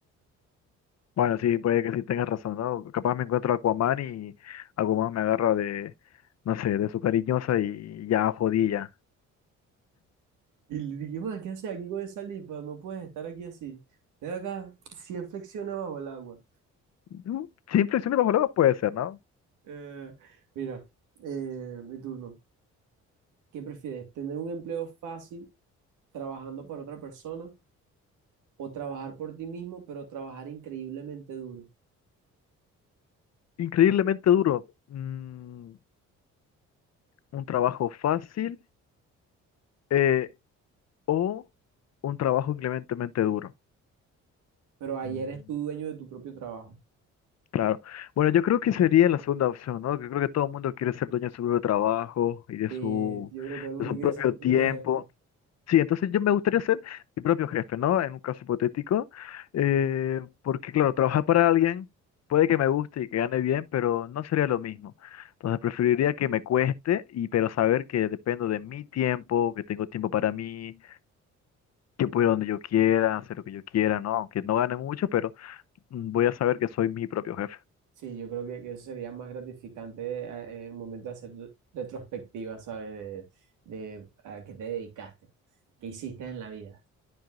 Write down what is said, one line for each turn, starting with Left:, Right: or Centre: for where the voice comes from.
Left: Bueno, sí, puede que sí tengas razón, ¿no? Capaz me encuentro a Aquaman y Aquaman me agarra de, no sé, de su cariñosa y ya jodí ya.
Right: Y le dije, man, ¿qué haces aquí con esa lipa? No puedes estar aquí así. Ven acá, 100 flexiones bajo el agua.
Left: Mm, Sin flexiones bajo el agua puede ser, ¿no?
Right: Eh, mira, eh, mi turno. ¿Qué prefieres? ¿Tener un empleo fácil trabajando para otra persona o trabajar por ti mismo, pero trabajar increíblemente duro?
Left: Increíblemente duro. Mm, un trabajo fácil eh, o un trabajo increíblemente duro.
Right: Pero ahí
Left: Mm.
Right: eres tú dueño de tu propio trabajo.
Left: Claro. Bueno, yo creo que sería la segunda opción, ¿no? Que creo que todo el mundo quiere ser dueño de su propio trabajo y de
Right: Eh,
Left: su,
Right: yo creo que todo el mundo
Left: de su
Right: quiere
Left: propio
Right: ser su propio
Left: tiempo.
Right: jefe.
Left: Sí, entonces yo me gustaría ser mi propio jefe, ¿no? En un caso hipotético. eh, porque, claro, trabajar para alguien puede que me guste y que gane bien, pero no sería lo mismo. Entonces preferiría que me cueste, y, pero saber que dependo de mi tiempo, que tengo tiempo para mí, que puedo ir donde yo quiera, hacer lo que yo quiera, ¿no? Aunque no gane mucho, pero mm, voy a saber que soy mi propio jefe.
Right: Sí, yo creo que, que eso sería más gratificante a- en un momento de hacer re- retrospectiva, ¿sabes? De, de a qué te dedicaste, qué hiciste en la vida.